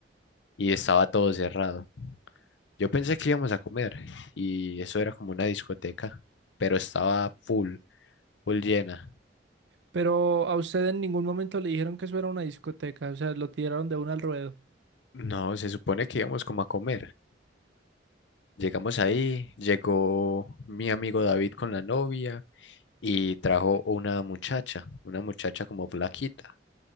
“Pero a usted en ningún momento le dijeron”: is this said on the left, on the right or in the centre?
Right